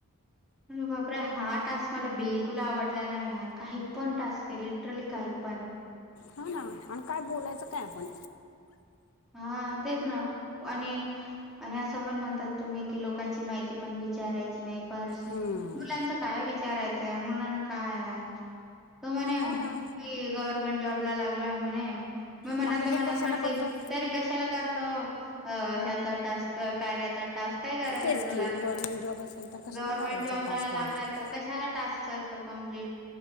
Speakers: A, in the centre; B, on the left.
A: अरे बापरे! हा टास्क मला बिलकुल आवडला नाही यार... काही पण टास्क आहे, लिटरली काही पण!
B: हा ना, आणि काय बोलायचं काय आपण?
A: हा तेच ना आणि आणि असं पण म्हणतात तुम्ही कि लोकांची माहिती पण विचारायची नाही प मुलांच
B: हम्म.
A: काय विचारायचं मुलांना काय? तो म्हणे
B: हो ना
A: मी गव्हर्मेंट जॉब ला लागलोय म्हणे मग मनातल्या
B: मग हे
A: मनात
B: कशाला
A: म्हटली
B: करतो
A: तरी कशाला करतो ह्याचा टास्क कार्याचा टास्क काय करायच
B: तेच
A: आहे तुला
B: की गव्हर्मेंट जॉब असेल तर कशाला
A: गव्हर्मेंट
B: करायचा
A: जॉब
B: टास्क
A: ला लागलाय
B: करायचा
A: तर कशाला टास्क करतो कंप्लीट